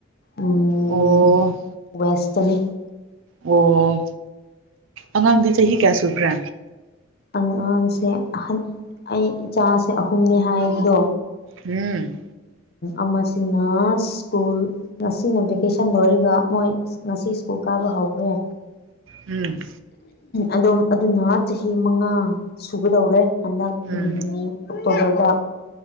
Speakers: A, on the left; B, on the right.
A: ꯎꯝ
B: ꯑꯣ
A: ꯋꯦꯁꯇꯅꯤ
B: ꯑꯣ ꯑꯉꯥꯡꯗꯤ ꯆꯍꯤ ꯀꯌꯥ ꯁꯨꯈ꯭ꯔꯦ
A: ꯑꯉꯥꯡꯁꯦ ꯑꯍꯟ ꯑꯩ ꯏꯆꯥꯁꯦ ꯑꯍꯨꯝꯅꯦ ꯍꯥꯏꯕꯗꯣ
B: ꯎꯝ
A: ꯑꯃꯁꯤꯅ ꯁ꯭ꯀꯨꯜ ꯉꯁꯤꯅ ꯚꯦꯀꯦꯁꯟ ꯂꯣꯏꯔꯒ ꯃꯣꯏ ꯉꯁꯤ ꯁ꯭ꯀꯨꯜ ꯀꯥꯕ ꯍꯧꯈ꯭ꯔꯦ
B: ꯎꯝ
A: ꯑꯝ ꯑꯗꯨꯅ ꯆꯍꯤ ꯃꯉꯥ ꯁꯨꯒꯗꯧꯔꯦ ꯍꯟꯗꯛ
B: ꯎꯝ
A: ꯑꯣꯛꯇꯣꯕꯔꯗ